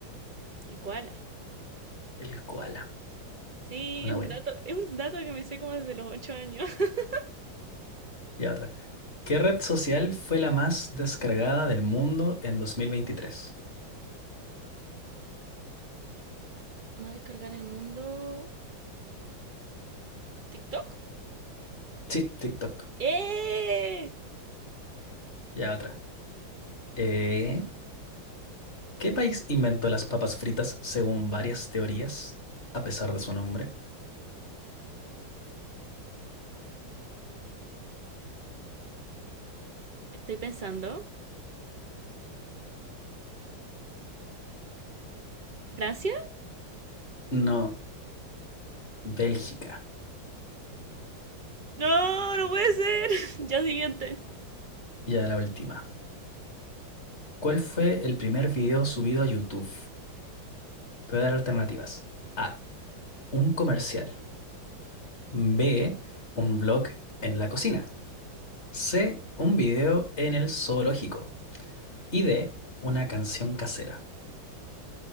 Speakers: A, on the right; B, on the left.
A: El koala.
B: El koala.
A: Sí,
B: Una
A: es un
B: buena.
A: dato, es un dato que me sé como desde los ocho años. <laughs>
B: Ya otra. ¿Qué red social fue la más descargada del mundo en 2023?
A: Más descargada en el mundo. ¿TikTok?
B: Sí, TikTok.
A: ¡Eh!
B: Ya otra. Eh, ¿qué país inventó las papas fritas según varias teorías, a pesar de su nombre?
A: Estoy pensando. ¿Francia?
B: No, Bélgica.
A: No, no puede ser. <laughs> Ya siguiente.
B: Ya la última. ¿Cuál fue el primer video subido a YouTube? Te voy a dar alternativas. A. Un comercial. B. Un blog en la cocina. C. Un video en el zoológico. Y D. Una canción casera.